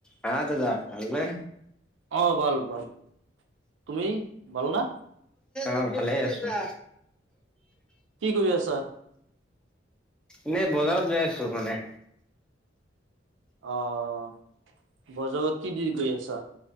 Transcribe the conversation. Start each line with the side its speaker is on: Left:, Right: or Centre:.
Centre: হা দাদা ভালনে?
Right: অ' ভাল ভাল, তুমি ভাল না?
Centre: অ' ভালে আছোঁ।
Right: কি কৰি আছা?
Centre: এনে বজাৰত যাই আছোঁ মানে।
Right: অ' বজাৰত কি দি গৈ আছা?